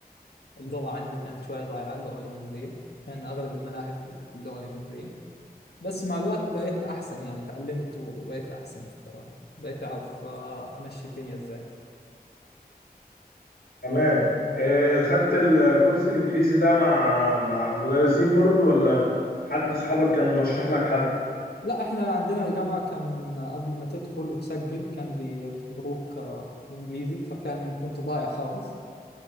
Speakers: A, on the left; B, on the left.
A: اللغة عندي كانت شوية ضايعة اللغة الإنجليزية كان أغلب المناهج باللغة الإنجليزية بس مع الوقت بقيت أحسن يعني تعلمت وبقيت أحسن بقيت أعرف آه، أمشي الدنيا إزاي
B: تمام آه، خدت الكورس الإنجليزي ده مع مع مدرسين برضو ولا حد أصحابك كان رشح لك حد؟
A: لا إحنا عندنا الجامعة كان قبل ما تدخل وتسجل كان بيختبروك آه، إنجليزي فكان كنت ضايع خالص